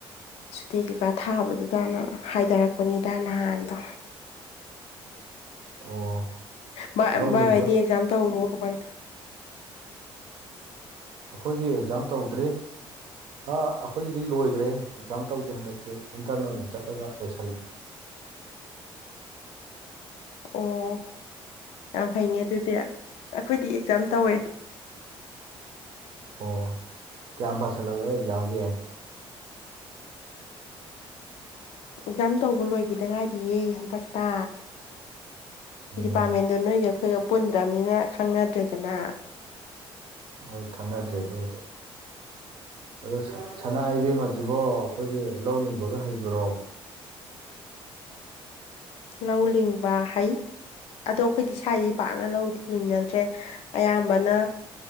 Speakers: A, on the left (about 85°); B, on the right (about 60°).
A: ꯁꯨꯇꯤ ꯀꯩꯀꯥ ꯊꯥꯕꯗꯨꯗꯅ ꯍꯥꯏꯊꯔꯛꯄꯅꯤꯗ ꯅꯍꯥꯟꯗꯣ
B: ꯑꯣ
A: ꯚ
B: ꯂꯧ
A: ꯚꯥꯏ
B: ꯂꯤꯡꯕ
A: ꯍꯣꯏꯗꯤ ꯑꯦꯛꯖꯥꯝ ꯇꯧꯈꯔꯕꯣ ꯀꯃꯥꯏ ꯇꯧ
B: ꯑꯩꯈꯣꯏꯒꯤ ꯑꯦꯛꯖꯥꯝ ꯇꯧꯗ꯭ꯔꯤ ꯑ ꯑꯩꯈꯣꯏꯒꯤꯗꯤ ꯂꯣꯏꯈ꯭ꯔꯦ ꯑꯦꯛꯖꯥꯝ ꯇꯧꯗꯦ ꯍꯟꯗꯛꯇꯤ ꯏꯟꯇꯔꯟ ꯑꯣꯏꯅ ꯆꯠꯂꯒ ꯂꯣꯏꯁꯜꯂꯤ
A: ꯑꯣ ꯌꯥꯝ ꯐꯩꯅꯦ ꯑꯗꯨꯗꯤ ꯑꯩꯈꯣꯏꯗꯤ ꯑꯦꯛꯖꯥꯝ ꯇꯧꯋꯦ
B: ꯑꯣ ꯀꯌꯥꯝ ꯄꯥꯁꯜꯂꯥꯕ ꯑꯦꯛꯖꯥꯝꯒꯤ ꯎꯝ
A: ꯑꯦꯛꯖꯥꯝ ꯇꯧꯕ ꯂꯣꯏꯈꯤꯗ ꯉꯥꯏꯔꯤꯌꯦ ꯍꯟꯗꯛꯇ
B: ꯎꯝ
A: ꯗꯤꯄꯥꯔꯠꯃꯦꯟꯗꯣ ꯅꯣꯏꯒ ꯑꯩꯈꯣꯏꯒ ꯄꯨꯟꯄꯗ꯭ꯔꯕꯅꯤꯅ ꯈꯪꯅꯗ꯭ꯔꯦꯗꯅ
B: ꯍꯣꯏ ꯈꯪꯅꯗ꯭ꯔꯦ ꯑꯗꯨꯕꯨꯗꯤ ꯑꯗꯣ ꯁ ꯁꯅꯥ ꯏꯕꯦꯝꯃ ꯑꯁꯤꯕꯣ ꯑꯩꯈꯣꯏꯒꯤ ꯂꯧ ꯂꯤꯡꯕꯒ ꯍꯩꯕ꯭ꯔꯣ
A: ꯂꯧ ꯂꯤꯡꯕ ꯍꯩ ꯑꯗꯣ ꯑꯩꯈꯣꯏꯗꯤ ꯁ꯭ꯋꯥꯏꯗꯤ ꯄꯥꯛꯅ ꯂꯧꯅꯤꯡꯅꯗ꯭ꯔꯦ ꯑꯌꯥꯝꯕꯅ